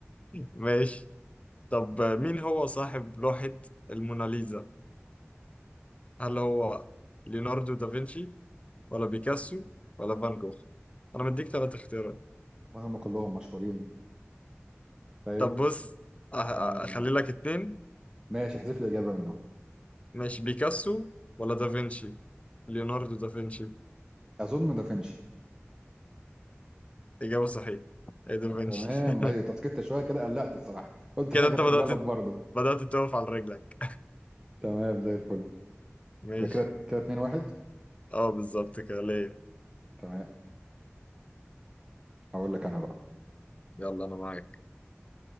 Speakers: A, on the left; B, on the right.
A: ماشي طب آه، مين هو صاحب لوحة الموناليزا؟ هل هو ليوناردو دافنشي ولا بيكاسو ولا فان جوخ؟ أنا مديك تلات اختيارات
B: وهم كلهم مشهورين فاهمني
A: طب بص أه- أه-
B: آه.
A: أخلي لك اتنين
B: ماشي احذف لي إجابة منهم
A: ماشي بيكاسو ولا دافنشي؟ ليوناردو دافنشي
B: أظن دافنشي
A: إجابة صحيحة هي دافنشي
B: تمام أيوة
A: <laughs>
B: تسكت شوية كده قلقت الصراحة قلت
A: كده
B: أنا جبت
A: انت بدأت
B: غلط برضه
A: بدأت تقف على رجلك
B: تمام زي الفل
A: ماشي
B: يبقى كده كده 2 1
A: اه بالظبط كده ليا
B: تمام أقول لك أنا بقى
A: يلا انا معاك